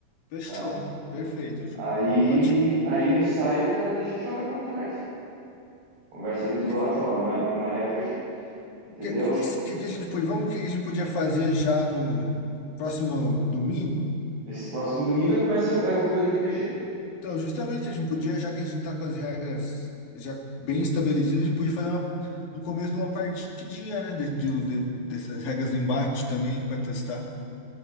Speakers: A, on the left; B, on the right.
A: fechou.
B: tá?
A: Perfeito, Ju.
B: Aí,
A: Ah, Ótimo. O
B: aí o ensaio, cara, a gente joga para tarde. Conversa ali com os brothers,
A: que, que,
B: fala, "Ó, uma, uma época, a gente, entendeu?
A: que, que a gente, pode- vamos, que a gente podia fazer já no próximo domingo?
B: Nesse próximo domingo começa o- é o jogo de RPG.
A: Então, justamente, a gente podia, já que a gente tá com as regras já bem estabelecidas, a gente podia fazer uma- um começo de uma partidinha, né? de- de- de- dessas regras do embate também, para testar,